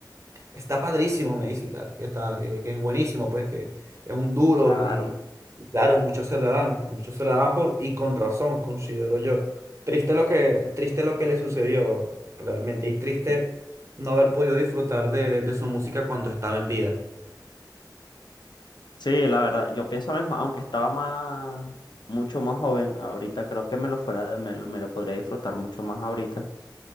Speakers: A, on the right (about 40°); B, on the left (about 70°).
A: Está padrísimo, me dice, claro, que está, que, que es buenísimo, pues, que es un duro
B: claro.
A: y, y claro, muchos se la dan, muchos se la dan por, y con razón, considero yo. Triste lo que, triste lo que le sucedió realmente, y triste
B: eh,
A: no haber podido disfrutar de, de su música cuando estaba en vida.
B: Sí, la verdad, yo pienso lo mismo, aunque estaba más, mucho más joven, ahorita creo que me lo fuera, me, lo me lo podría disfrutar mucho más ahorita.